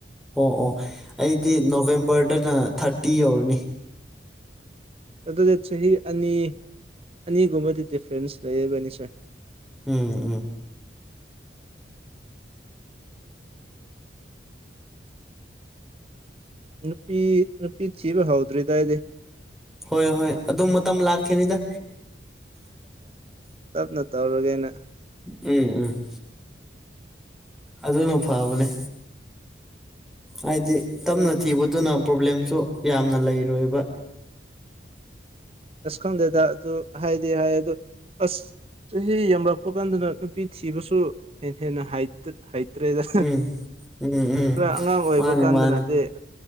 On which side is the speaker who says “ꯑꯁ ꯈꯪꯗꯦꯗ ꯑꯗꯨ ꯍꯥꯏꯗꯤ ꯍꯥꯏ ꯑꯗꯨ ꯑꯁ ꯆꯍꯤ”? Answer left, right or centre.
Right